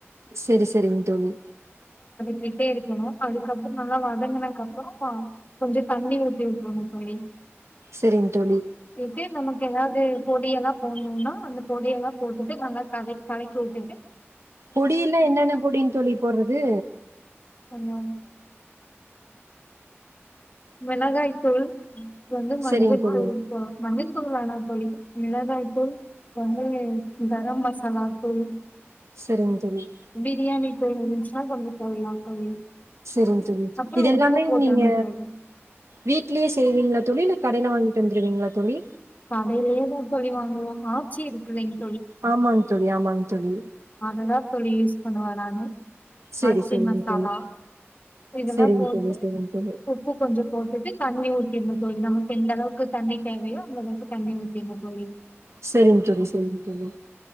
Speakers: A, on the right; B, on the left.
A: சேரி சேரிங்க தோழி
B: கிட்டே இருக்கணும் அதுக்கப்புறம் நல்லா வதங்கிருக்கனும் அப்புறம் கொஞ்சம் தண்ணி ஊத்தி விட்டணும் தோழி
A: செரிங்க தோழி
B: ட்ரு நமக்கு ஏதாவது பொடிய எல்லாம் போடணும்னா அந்த பொடிய எல்லா போட்டுது நாங்க க கலைக்கி விட்டுது
A: பொடியல்லாம் என்னென்ன பொடிங் தோழி போடுறது
B: கொஞ்சம் மிளகாய் தூள் வந்து மஞ்தூள்
A: சரிங்க தோழி.
B: பே மஞ்சத்தூள் வேணும் தோழி மிளகாய்தூள் வந்து கரம் மசாலாதூள்
A: சரிங்க தோழி.
B: பிரியாணி இருந்துச்சுன்னா கொஞ்சம் போடலாம் தோழி
A: சேரிங்க தோழி
B: அப்றோ
A: இததுெல்லாமே
B: உப்பு போட்றனு
A: நீங்க
B: தோழி
A: வீட்லயே செய்வீங்களா தோழி இல்ல கடையில வாங்கிட்டு வந்துருவீங்களா தோழி
B: கடையிலயே தான் தோழி வாங்குவோம் ஆச்சி இருக்குல்லைங்க
A: ஆமாங் தோழி ஆமாங் தோழி
B: அததான் தோழி யூஸ் பண்ணுவேன் நானு
A: செரி
B: ஆச்சி
A: செரிங்க
B: மசாலா
A: தோழி
B: இதெல்லாம்
A: செரிங்க
B: போட்டு
A: தோழி செரிங்க தோழி
B: உப்பு கொஞ்சம் போட்டுட்டு தண்ணி தண்ணி ஊத்தினு தோழி நமக்கு எந்தளவுக்கு தண்ணி தேவையோ அளவுக்கு தண்ணி ஊத்தினு தோழி
A: சேரிங்க தோழி சேரிங்க தோழி